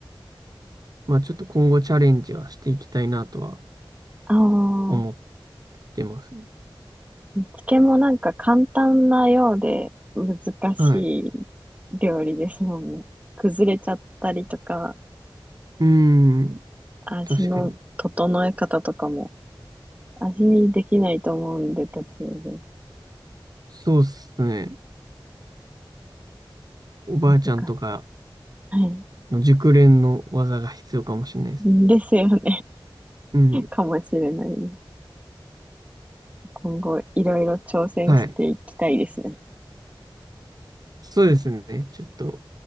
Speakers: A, on the right (about 50°); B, on the right (about 15°).
A: まあちょっと今後チャレンジはしていきたいなとは
B: ああ。
A: 思ってますね。
B: 漬けもなんか簡単なようで難し
A: はい。う
B: い料理ですもんね。崩れちゃったりとか、
A: ーん。
B: 味の整え方とかも
A: 確かに。
B: 味見できないと思うんで途中で
A: そうっすね。おばあちゃんとか
B: 難しい。はい。
A: の熟練の技が必要かもしれないです。
B: ですよね。
A: うん。
B: <laughs> かもしれないです。今後いろいろ挑戦していきたいですね。
A: はい。そうですね。ちょっと、